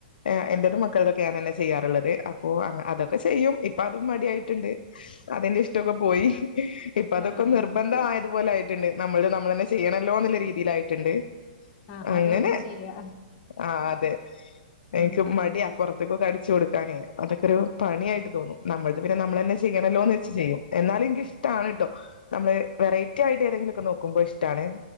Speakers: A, on the left; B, on the left.
A: ആ എന്റെതും
B: ആഹ്
A: മക്കളതൊകെ ഞാൻ തന്നെ ചെയ്യാറുള്ളത് അപ്പ അതൊക്കെ ചെയ്യും ഇപ്പ ഓഅതും മടിയായിട്ടുണ്ട് അതിന്റെ ഇഷ്ടൊക്കെ പോയി ഇപ്പ അതൊക്കെ
B: ആഹ്
A: നിർബന്ധ ആയ പോലെയിട്ടുണ്ട് നമ്മള് നമ്മൾന്നെ ചെയ്യണല്ലോ എന്നുള്ള രീതിയില ആായിട്ടുണ്ട്
B: ആഹ്
A: അങ്ങനെ
B: അതുകൊണ്ട് ചെയ്യാ
A: ആ അതെ എനിക്ക്
B: ഉം
A: മടിയാ പുറത്തകൊക്കെ അടി വച്ച് കൊടുക്കാനേ അതൊക്കെ ഒരു പണിയായിട്ട് തോന്നും നമ്മൾ പിന്നെ നമ്മള ന്നെ ചെയ്യണല്ലോന്ന് വെച്ച് ചെയ്യും എന്നാലും എനക്ക്ിഷ്ടമാണ് കേട്ടോ നമ്മള് വെറൈറ്റി ആയിട്ട് ഏതെങ്കിലുമൊക്കെ നോക്കുമ്പോൾ ഇഷ്ടമാണ്